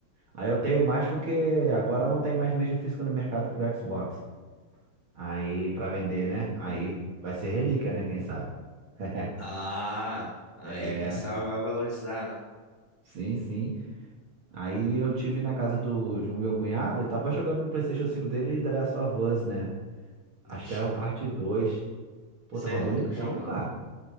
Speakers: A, on the right (about 45°); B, on the left (about 25°).
A: Aí eu tenho mais porque agora não tem mais mídia física no mercado pro Xbox. Aí, pra vender, né? Aí vai ser relíquia, né? Quem sabe? <laughs>
B: Ah, aí
A: É,
B: quem sabe vai valorizar, né?
A: sim, sim. Aí eu tive na casa do, de um meu cunhado, ele tava jogando no PlayStation cinco dele e The Last of Us, né? Acho
B: Vixe,
A: que era
B: mano.
A: o parte 2. Pô,
B: Você
A: tava
B: é
A: bonitão,
B: louco, jogão.
A: cara.